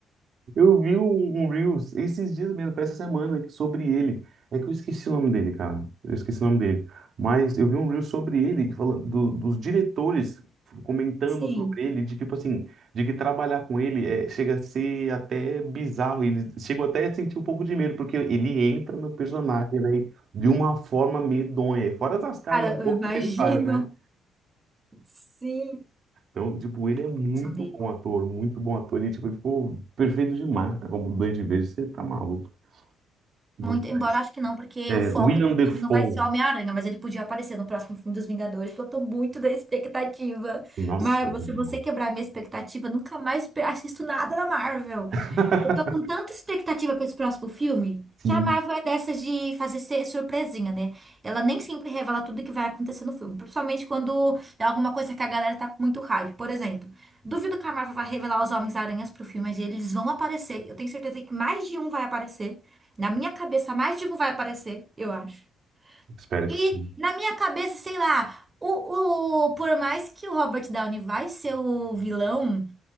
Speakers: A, on the right (about 60°); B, on the right (about 30°).
A: Eu vi um, um Reels esses dias mesmo, foi essa semana, que- sobre ele. É que eu esqueci o nome dele, cara. Eu esqueci o nome dele. Mas eu vi um Reels sobre ele, que fala do- dos diretores comentando
B: Sim.
A: sobre ele, de tipo assim, de que trabalhar com ele é, chega a ser até bizarro. Eles chegam até a sentir um pouco de medo, porque ele entra no personagem, velho, de uma forma medonha. E Fora das caras
B: Cara,
A: e bocas
B: eu imagino.
A: que ele faz, né?
B: Sim. a
A: Então, tipo, ele é muito
B: expressão dele.
A: bom ator, muito bom ator. E, tipo, ele ficou perfeito demais, cara. Como dois de vez, você tá maluco. Bom
B: Muito,
A: demais.
B: embora acho que não, porque
A: É,
B: o foco
A: William
B: do
A: Defoe.
B: filme não vai ser Homem-Aranha, mas ele podia aparecer no próximo filme dos Vingadores, porque eu tô muito da expectativa.
A: Nossa,
B: Marvel,
A: é bom
B: se
A: demais.
B: você quebrar a minha expectativa, nunca mais pe- assisto nada da Marvel.
A: <laughs>
B: Eu tô com tanta expectativa pra esse próximo filme
A: Sim,
B: que a Marvel é dessas de fazer ser surpresinha, né? Ela nem sempre revela tudo que vai acontecer no filme, principalmente quando é alguma coisa que a galera tá com muito hype. Por exemplo, duvido que a Marvel vai revelar os Homens-Aranhas pro filme, mas eles vão aparecer. Eu tenho certeza que mais de um vai aparecer. Na minha cabeça, mais de um vai aparecer, eu acho.
A: espero
B: E
A: que sim.
B: na minha cabeça, sei lá, o, o, por mais que o Robert Downey vai ser o vilão,